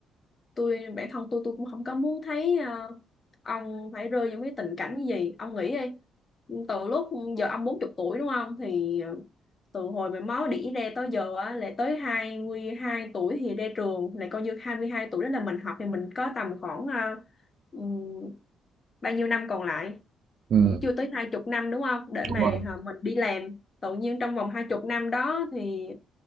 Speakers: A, on the left (about 35°); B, on the right (about 65°).
A: tôi bản thân tôi tôi cũng không có muốn thấy ờ, ông phải rơi vào cái tình cảnh như gì ông nghĩ đi từ lúc giờ ông bốn chục tuổi đúng không thì ờ, từ hồi mà máu đỉ ra tới giờ á lại tới 22 tuổi thì ra trường lại coi như 22 tuổi đó là mình học thì mình có tầm khoảng ờ, ừm, bao nhiêu năm còn lại
B: Ừm,
A: cũng chưa tới hai chục năm đúng không để mà
B: đúng rồi,
A: hả, mình đi làm tự nhiên trong vòng hai chục năm đó thì